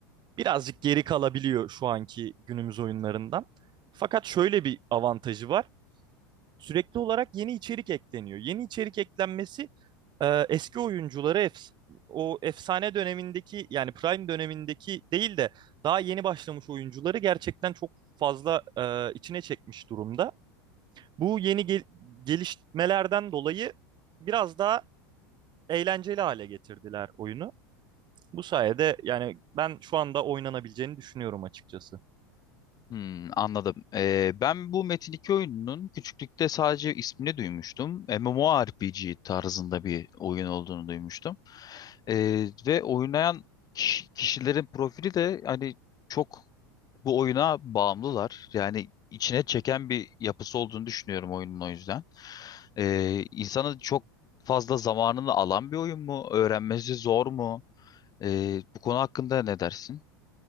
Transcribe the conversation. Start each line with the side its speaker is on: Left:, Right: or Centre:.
Right: birazcık geri kalabiliyor şu anki günümüz oyunlarından. Fakat şöyle bir avantajı var. Sürekli olarak yeni içerik ekleniyor. Yeni içerik eklenmesi e, eski oyuncuları efs- o efsane dönemindeki yani Prime dönemindeki değil de daha yeni başlamış oyuncuları gerçekten çok fazla e, içine çekmiş durumda. Bu yeni gel- gelişmelerden dolayı biraz daha eğlenceli hale getirdiler oyunu. Bu sayede yani ben şu anda oynanabileceğini düşünüyorum açıkçası.
Left: Hmm, anladım. Ee, ben bu Metin 2 oyununun küçüklükte sadece ismini duymuştum. MMORPG tarzında bir oyun olduğunu duymuştum. Ee, ve oynayan kiş- kişilerin profili de hani çok bu oyuna bağımlılar. Yani içine çeken bir yapısı olduğunu düşünüyorum oyunun o yüzden. Ee, insanı çok fazla zamanını alan bir oyun mu? Öğrenmesi zor mu? Ee, bu konu hakkında ne dersin?